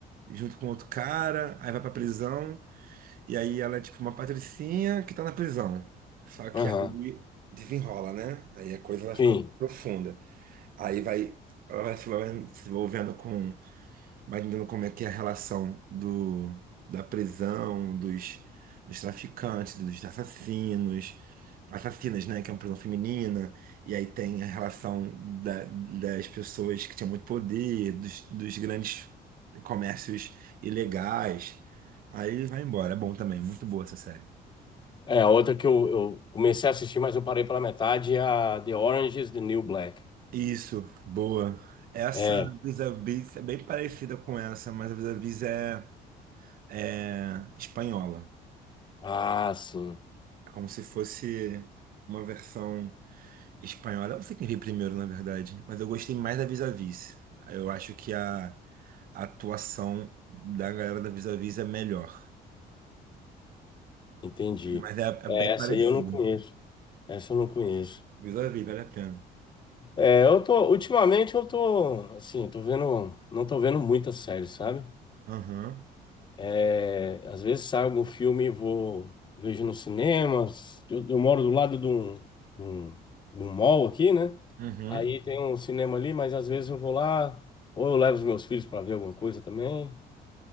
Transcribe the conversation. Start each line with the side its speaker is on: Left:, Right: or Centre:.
Right: junto com outro cara. Aí vai pra prisão. E aí ela é tipo uma patricinha que tá na prisão. Só que
Left: aham.
Right: aí desenrola, né? Aí a coisa vai ficando
Left: Sim.
Right: profunda. Aí vai, ela vai se envolvendo se envolvendo com imaginando como é que é a relação do, da prisão, dos, dos traficantes, dos assassinos, assassinas, né, que é uma prisão feminina, e aí tem a relação da- das pessoas que tinham muito poder, dos, dos grandes comércios ilegais. Aí vai embora, é bom também, muito boa essa série.
Left: É, a outra que eu, eu comecei a assistir, mas eu parei pela metade, é a The Orange is the New Black.
Right: Isso, boa. Essa
Left: É.
Right: Vis-a-Vis é bem parecida com essa, mas a Vis-a-Vis é, é espanhola.
Left: Ah, sim.
Right: É Como se fosse uma versão espanhola. Eu não sei quem veio primeiro, na verdade, mas eu gostei mais da Vis a Vis. Eu acho que a, a atuação da galera da Vis a Vis é melhor.
Left: Entendi.
Right: Mas é,
Left: É,
Right: é bem
Left: essa
Right: parecido.
Left: aí eu não conheço. Essa eu não conheço.
Right: Vis a Vis, vale a pena.
Left: É, eu tô, ultimamente eu tô, assim, tô vendo, não tô vendo muitas séries, sabe?
Right: Aham.
Left: É, às vezes sai algum filme e vou, vejo no cinema. Eu, eu moro do lado de um, de um, de um mall aqui, né?
Right: Uhum.
Left: Aí
Right: O
Left: tem um cinema ali, mas às vezes eu vou lá, ou eu levo os meus filhos para ver alguma coisa também,